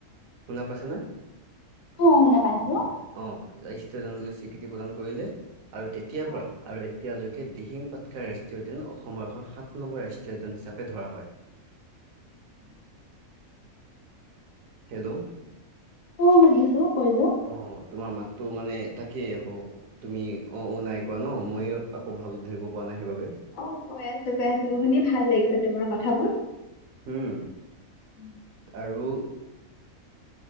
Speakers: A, on the right; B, on the left.
A: শুনা পাইছানে?
B: অ অ শুনা পাইছোঁ।
A: অ', ৰাষ্ট্ৰীয় উদ্যানলৈ স্বীকৃতি প্ৰদান কৰিলে, আৰু তেতিয়াৰ
B: অ',
A: পৰা আৰু এতিয়ালৈকে দিহিং পাটকাই ৰাষ্ট্ৰীয় উদ্যান, অসমৰ এখন সাত নম্বৰ ৰাষ্ট্ৰীয় উদ্যান হিচাপে ধৰা হয়।
B: <inaudible>
A: হেল্ল'।
B: ত' শুনিছো কৈ যোৱা।
A: অ' তোমাৰ মাতটো মানে তাকেই আকৌ। তুমি অ', অ' নাই কোৱা ন ময়ো আকৌ ভাল ধৰিব পৰা নাই সেইবাবে।
B: অ' কৈ আছো কৈ আছো শুনি ভাল লাগিছে তোমাৰ কথাবোৰ।
A: উম
B: অ',
A: আৰু